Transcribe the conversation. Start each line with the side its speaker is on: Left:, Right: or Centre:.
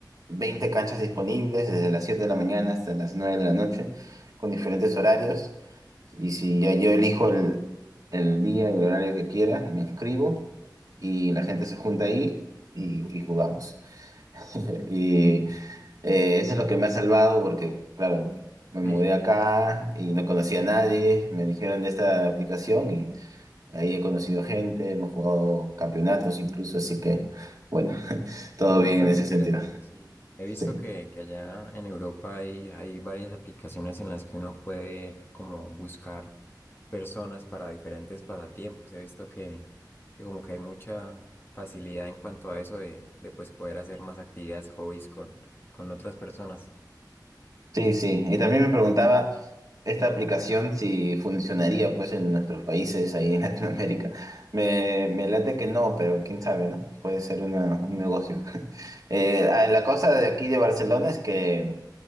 Right: 20 canchas disponibles, desde las 7 de la mañana hasta las 9 de la noche, con diferentes horarios. Y si ya yo elijo el, el día y el horario que quiera, me inscribo y la gente se junta ahí y, y jugamos. <laughs> Y eh, eso es lo que me ha salvado porque, claro, me mudé
Left: Sí.
Right: acá y no conocía a nadie. Me dijeron de esta aplicación Ahí he conocido gente, hemos jugado campeonatos incluso, así que bueno, <laughs> todo
Left: Es bastante
Right: bien en ese
Left: interesante,
Right: sentido.
Left: sí. He visto
Right: Sí,
Left: que, que allá en Europa hay, hay varias aplicaciones en las que uno puede como buscar personas para diferentes pasatiempos. He visto que, que como que hay mucha facilidad en cuanto a eso de, de pues poder hacer más actividades, hobbies con, con otras personas.
Right: sí, sí. Y también me preguntaba esta aplicación si funcionaría pues en nuestros países, ahí en <laughs> Latinoamérica. Me, me late que no, pero quién sabe, ¿no? Puede ser una- un negocio. <laughs> Eh, ah, la cosa de aquí de Barcelona es que